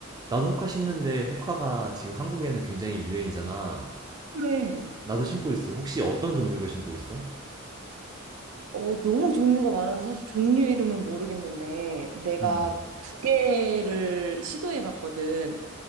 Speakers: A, on the right; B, on the right.
A: 나도 호카 신는데 호카가 지금 한국에는 굉장히 유행이잖아.
B: 그래.
A: 나도 신고 있어. 혹시 어떤 종류로 신고 있어?
B: 어, 너무 종류가 많아서 사실 종류 이름은 모르겠는데 내가
A: 음, 음.
B: 두 개를 시도해 봤거든.